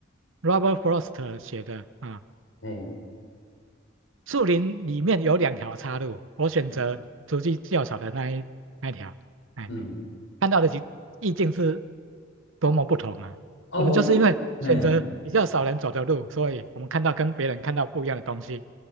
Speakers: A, on the right (about 80°); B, on the left (about 75°).
A: ，Robert Frost 写的啊，
B: 哎
A: 树林里面有两条岔路，我选择足迹较少的那一那一条。
B: 嗯
A: 哎
B: 嗯，
A: 看到的意意境是多么不同啊！
B: 哦，
A: 我们就是因为选择比较少人走的路，
B: 我不，哎
A: 所以我们看到跟别人看到不一样的东西。